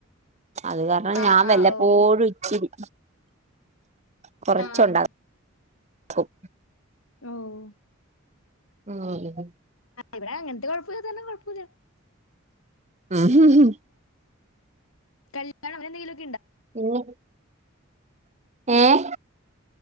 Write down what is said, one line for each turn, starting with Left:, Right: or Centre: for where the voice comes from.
Right: അത് കാരണം
Left: ആഹ്
Right: ഞാൻ
Left: ആഹ്
Right: വല്ലപ്പോഴും
Left: ഓഹ്
Right: ഇച്ചിരി കൊറച്ചുണ്ടാ
Left: ആഹ്
Right: ക്കും
Left: ഓഹ്
Right: മൂ
Left: ഇവ്ടെ അങ്ങനത്തെ <inaudible> ഒന്നും നോക്കിയില്ല
Right: മ് ഹും ഹ്
Left: കല്യാണം അങ്ങനെ എന്തെങ്കിലും
Right: ഇല്ല ഏഹ്